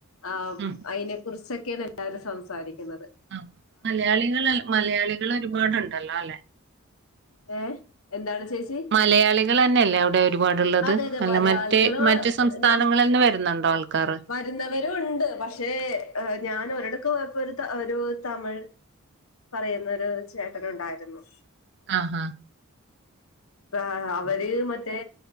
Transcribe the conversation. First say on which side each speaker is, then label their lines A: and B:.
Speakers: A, on the left (about 70°); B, on the right (about 50°).
A: ആഹ്
B: ഉം
A: അയ്ന് കുർചെക്കെണ് എല്ലാരും സംസാരിക്ക്ന്നത്
B: ആഹ് മലയാളികള് മലയാളികള് ഒരുപാട് ഇണ്ടല്ലോ അല്ലെ
A: ഏഹ് എന്താണ് ചേച്ചി
B: മലയാളികളന്നെ അല്ലേ അവ്ടെ ഒര് പാട് ഇള്ളത്
A: അതെ അതെ
B: അല്ല
A: മലയാളികള്
B: മറ്റേ മറ്റ് സംസ്ഥാനങ്ങളിൽന്ന്
A: ഞാൻ
B: വരുന്നുണ്ടോ ആൾക്കാറ്
A: വരുന്നവരും ഉണ്ട് പക്ഷേ ഞാന് ഒരടക്ക് പോയപ്പോ ഒരു ഒരു തമഴ് പറയുന്നൊരു ചേട്ടന് ഉണ്ടായിരുന്നു
B: ആഹ് ആഹ്
A: ആഹ് അവര് മറ്റേ